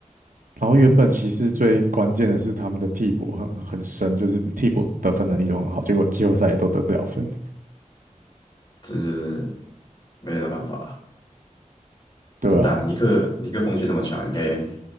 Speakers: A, on the right; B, on the left.
A: 然后原本骑士最关键的是他们的替补很很深，就是替补得分能力都很好，结果季后赛也都得不了分，
B: 这就是没有办法。
A: 对啊，
B: 但打尼克尼克锋线那么强，应该真